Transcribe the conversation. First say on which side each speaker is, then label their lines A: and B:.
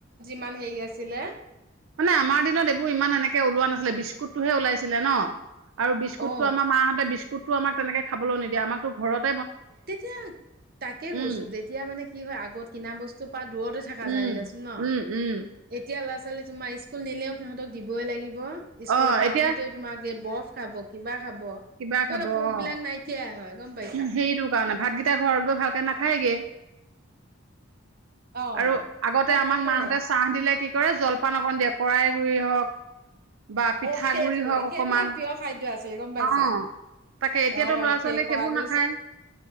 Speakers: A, on the right; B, on the right.
A: ইমান হেৰি আছিলে।
B: মানে আমাৰ দিনত এইবোৰ ইমান এনেকে ওলোৱা নাছিলে, বিস্কুটটোহে ওলাইছিলে ন'? আৰু বিস্কুটটো
A: অ
B: আমাৰ মাহঁতে বিস্কুটটো আমাক তেনেকে খাবলৈ নিদিয়ে আমাৰতো ঘৰত
A: তেতিয়া তাকে কৈছোঁ
B: উম
A: তেতিয়া মানে কি হয় আগত কিনা বস্তু পা দূৰতো থাকা
B: উম,
A: যায় দিয়াচোন ন'।
B: উম, উম,
A: এতিয়া লাষ্ট আচলতে তোমাৰ স্কুল নিলেও সিহঁতক দিবই লাগিব, স্কুলৰ
B: অ',
A: পৰা
B: এতিয়া
A: আহোতেও তোমাক এই বৰফ খাব। কিবা খাব,
B: কিবা
A: সিহঁতৰ
B: খাব অ',
A: ভোকবিলাক নাইকিয়া হয়, গম পাইছা?
B: সেইটো কাৰণে ভাতকেইটা ঘৰত গৈ ভালকে নাখায় গে।
A: অ'
B: আৰু, আগতে
A: সেই
B: আমাক
A: তাকে।
B: মাহঁতে চাহ দিলে কি কৰে জলপান অকন দিয়ে কৰাই <unintelligible> হওক। বা পিঠাগুৰি
A: অ', সেইটোৱে
B: হওক অকমান
A: সেইবিলাক প্ৰিয় খাদ্য আছিল, গম পাইছা?
B: অ', তাকে এতিয়াতো
A: অ',
B: ল'ৰা ছোৱালীয়ে
A: সেই কৰা
B: সেইবোৰ
A: <unintelligible>
B: নাখায়